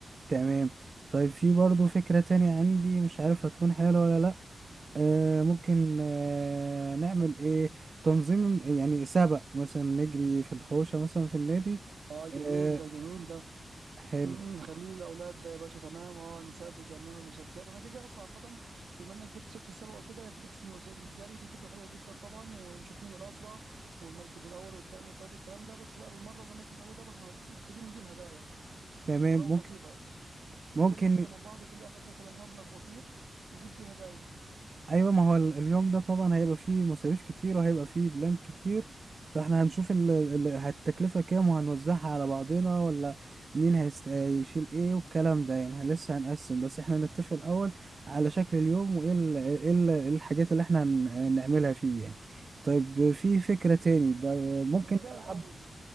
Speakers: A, on the right; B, on the right.
A: تمام طيب في برضو فكرة تانية عندي مش عارف هتكون حلوة ولا لأ آه ممكن آه نعمل ايه تنظيم يعني سبق مثلا نجري في الحوشة مثلا في النادي
B: اه
A: آه
B: جميل ده جميل ده
A: حلو
B: مم، نخليه للاولاد ده يا باشا تمام اه نسابق يعني نعمل مسابقات انا كده كده اصلا عامه بما انك جبت سيره السباق وكده هي فكره المس- الجري دي فكره حلوه جدا طبعا ونشوف مين الاسرع والمركز الاول والثاني والثالث والكلام ده بس بقى بالمره بما انك الموضوع ده احنا محتاجين نجيب هدايا
A: تمام
B: ولو
A: ممكن
B: بسيطه يعني
A: ممكن
B: نلم كده من بعض كل واحد مثلا مبلغ بسيط نجيب بيه هدايا
A: ايوه ما هو ال- اليوم ده طبعا هيبقى فيه مصاريف كتير وهيبقى فيه بلان كتير فاحنا هنشوف ال- ال- التكلفة كام وهنوزعها على بعضنا ولا مين هيست... هيشيل ايه والكلام ده يعني هن- لسه هنقسم بس احنا نتفق الاول على شكل اليوم وايه ال... إيه ال... إيه الحاجات اللي احنا هن... هنعملها فيه يعني طيب في فكرة تاني ده ممكن
B: الهدايا
A: نلعب
B: الاول